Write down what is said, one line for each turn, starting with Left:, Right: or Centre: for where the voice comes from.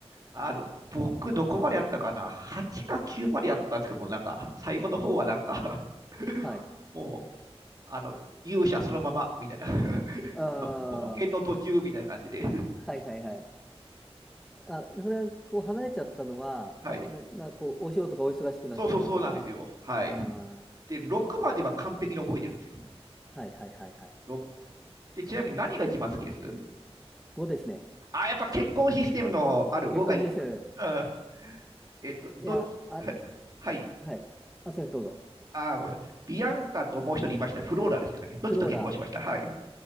Right: あの、僕、どこまでやったかな ?8 か9までやったんですけども、なんか、最後の方はなんか <laughs>
Centre: はい。
Right: もあの、勇者そのままみたいな <laughs>
Centre: うーん。
Right: あの、冒険の途中みたいな感じで、
Centre: はいはいはい。あ、それはこう離れちゃったのは、
Right: <laughs> はい。
Centre: な、な、こう、お仕事がお忙しくなっちゃったとか、
Right: そうそうそうなんですよ。はい。
Centre: あー、
Right: で、6までは完璧に覚えてるんですよ。
Centre: そはいはいはいはい。
Right: 6で、ちなみに何が一番好きです
Centre: 5ですね。
Right: あ、やっぱ結婚システムのある5がいいですかね。
Centre: 月光指数。
Right: うん。えっと、どっち、
Centre: いや、あれ、
Right: <laughs> ははい。
Centre: はい。あ、先生どうぞ。
Right: あごめんなさい。ビアンカともう一人いました。フローラでしたかね。どっちと結婚しましたはい。
Centre: フローラ。